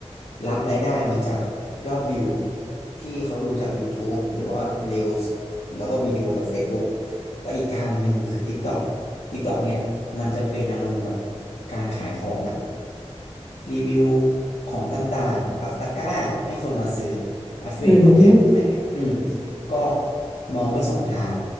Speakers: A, on the left (about 85°); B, on the left (about 15°).
A: รับรายได้มาจากยอดวิวที่เขาดูจาก YouTube หรือว่า Reels แล้วก็วิดีโอจาก Facebook ก็อีกทางหนึ่งคือ TikTok TikTok เนี่ยมันจะเป็นอารมณ์แบบการขายของอะรีวิวของต่างๆปักตะกร้าให้คนมาซื้อ Affiliate
B: อืม
A: โปรแกรมอะไรเงี้ยอืมก็มองไว้สองทาง